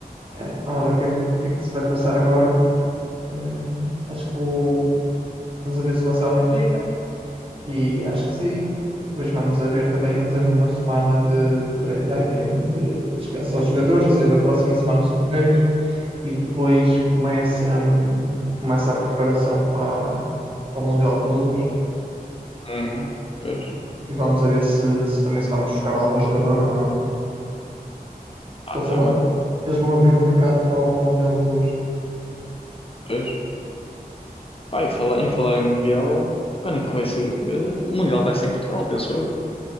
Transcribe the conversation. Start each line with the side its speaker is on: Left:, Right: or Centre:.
Right: É, vamos ver o que é que, o que é que se vai passar agora. Eh, acho que o- vamos a ver se o Anselmo fica, e acho que sim. E depois vamos a ver também, eles deu uma semana de, tre- de, treino, de descanso aos jogadores, ou seja, a próxima semana são de férias, e depois começa, hum, começa a preparação para, para o Mundial de Clubes,
Left: Uhum. Pois,
Right: e, e vamos a ver se, se também se vamos buscar algum jogador ou não, porque
Left: Ah,
Right: eles
Left: tá.
Right: agora
Left: também.
Right: eles vão abrir um mercado para, o- para o Mundial de Clubes.
Left: Pois. Pá, e falar, em falar em Mundial, quando é que vai ser? Eh, o Mundial vai ser em Portugal, penso eu.